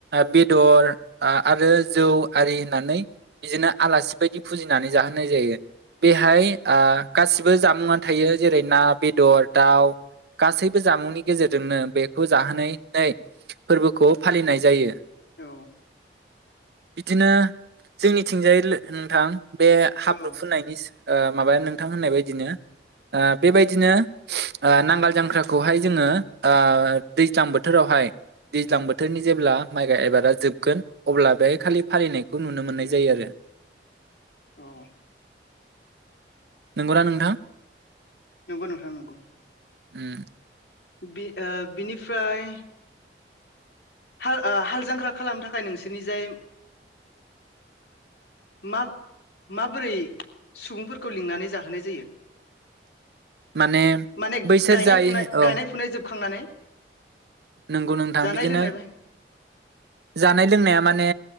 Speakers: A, on the right; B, on the left.
A: बेदर आरो जौ आरि होननानै बिदिनो आलासि बायदि फुजिनानै जाहोनाय जायो बेहाय आ गासिबो जामुंआनो थायो जेरै ना बेदर दाउ गासैबो जामुंनि गेजेरजोंनो बेखौ जाहोनाय। फोरबोखौ फालिनाय जायो।
B: औ
A: बिदिनो जोंनि थिंजाय लो नोंथां बे हाब्रु
B: औ
A: फुननायनि सो ओ माबाया नोंथां होननाय बायदिनो ओ बेबायदिनो ओ नांगाल जांख्राखौहाय जोङो ओ दैज्लां बोथोरावहाय दैज्लां बोथोरनि जेब्ला माइ गाय एबादा जोबगोन अब्ला बे खालि फालिनाय खौ नुनो मोननाय
B: ओं
A: जायो आरो
B: औ
A: नंगौना नोंथां?
B: नंगौ नोंथां नंगौ।
A: उम
B: बि ओ बिनिफ्राय हाल ओ हाल जांख्रा खालामनो थाखाय नोंसोरनि जाय माब माबोरै सुबुंफोरखौ लिंनानै जाहोनाय जायो?
A: माने
B: माने
A: बैसोर
B: गायनाय
A: जाय
B: फुनाय
A: औ
B: गायनाय फुनाय जोबखांनानै
A: नंगौ नोंथां
B: जानाय
A: बिदिनो
B: लोंनाय बाय
A: जानाय लोंनाया माने